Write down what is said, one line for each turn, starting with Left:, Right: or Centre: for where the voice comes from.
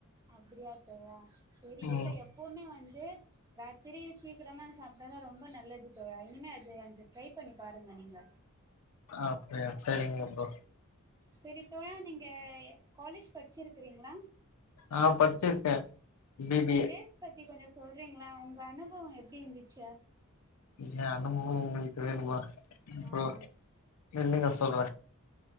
Right: அப்டியா தோழா செரி
Left: ம்
Right: இல்ல எப்பவுமே வந்து ராத்திரி சீக்கிரமா சாப்புட்றது ரொம்பநல்லது தோழா இனிமே அது அஞ்ச ட்ரை பண்ணி பாருங்க நீங்க
Left: அப்டியா செரிங்க ப்ரோ
Right: செரி தோழா நீங்க காலேஜ் படிச்சிருக்கீங்களா
Left: ஆ படிச்சிருக்கே பி
Right: அந்த
Left: பி ஏ
Right: டேஸ் பத்தி கொஞ்சோ சொல்றீங்களா உங்க அனுபவோ எப்டி இருந்துச்ச
Left: ஏ அனுபவோ உங்குளுக்கு வேணுமா ப்ரோ
Right: ஆமா
Left: நில்லுங்க சொல்ற